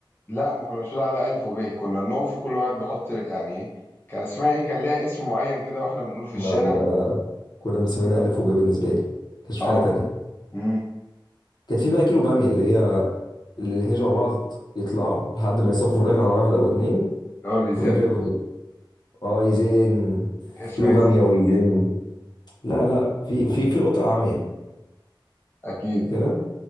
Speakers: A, on the left (about 25°); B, on the left (about 55°).
A: لا ما كناش بنقول عليها الف وب كنا بنقف وكل واحد بيحط يعني ايه كان اسمها ايه كان لها اسم معين كده واحنا بنقوله في الشارع
B: لا انا كنا مسمينها الف وب بالنسبة لي كانش في
A: اه
B: حاجة تانية
A: امم
B: كانت في بقى كيلو بامية اللي هي الاتنين شبه بعض يطلعوا لحد ما يصفوا في الاخر على واحد او اتنين
A: اللي هو اللي
B: وفي
A: يزن
B: الاخر اه يزين
A: كان اسمها
B: كيلو
A: إيه؟
B: باميه
A: يزن
B: ويزين لا لا في في في القطه العاميه
A: اكيد
B: كده